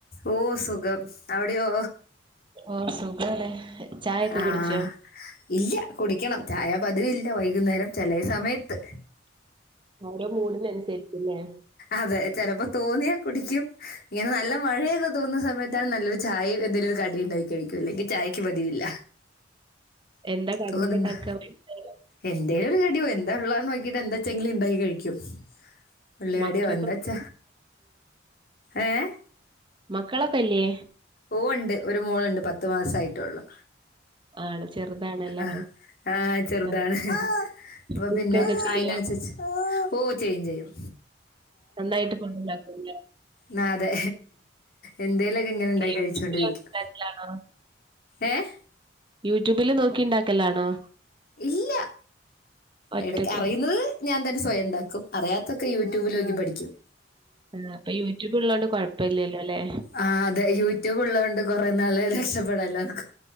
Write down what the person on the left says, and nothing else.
ഓ സുഖം. അവിടെയോ?
ആഹ്
ഇല്ല കുടിക്കണം ചായ പതിവില്ല വൈകുന്നേരം ചെലെ സമയത്ത്.
അതെ ചിലപ്പോ തോന്നിയാ കുടിക്കും. ഇങ്ങനെ നല്ല മഴയ- തോന്നുന്ന സമയത്താണ് നല്ലൊരു ചായ എന്തെങ്കിലും ഒരു കടി ഉണ്ടായി കഴിക്കും അല്ലെങ്കി ചായയ്ക്ക് പതിവില്ല.
തോന്നുന്നോ
എന്തേലും ഒരു കടി എന്താ ഉള്ളാന്ന് നോക്കിട്ട് എന്താ വച്ചെങ്കില് ഉണ്ടാക്കി കഴിക്കും. ഉള്ളി
വടയോ എന്താച്ച ഏഹ്
ഓ ഉണ്ട് ഒരു മോളുണ്ട് പത്തു മാസായിട്ടൊള്ളു
ആഹ് ആഹ് ചെറുതാണ്.
അപ്പൊ
പിന്നെ
അയിനനുസരിച്ച് ഓ ചെയ്യും ചെയ്യും.
ന്ന അതെ എന്തേലൊക്കെ ഇങ്ങനെ ഉണ്ടാക്കി
കഴിച്ചോണ്ടിരിക്കും. ഏഹ്
ഇല്ല
എടക്ക് അറിയുന്നത് ഞാൻ തന്നെ സ്വയം ഉണ്ടാക്കും അറിയാത്തൊക്കെ യൂട്യൂബിലോക്കി പഠിക്കും
ആഹ് അതെ യൂട്യൂബ് ഉള്ളകൊണ്ട് കുറെ നാള് രക്ഷപ്പെട എല്ലാവർക്കും